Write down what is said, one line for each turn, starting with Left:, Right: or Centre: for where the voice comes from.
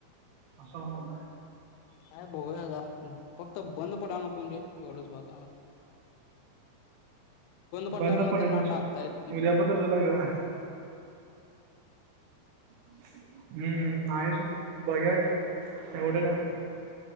Right: असं होय.
Left: काय बघूया आता फक्त बंद पडाय नको म्हणजे एवढच बास हाय. पडल्यावर
Right: बंद
Left: मग
Right: पडत
Left: त्यांना
Right: नाही
Left: टाकता
Right: सोड,
Left: येत
Right: उद्या पतूर तुला वेळ हाय. हम्म आहे सोड बघूया की तेवढं काय?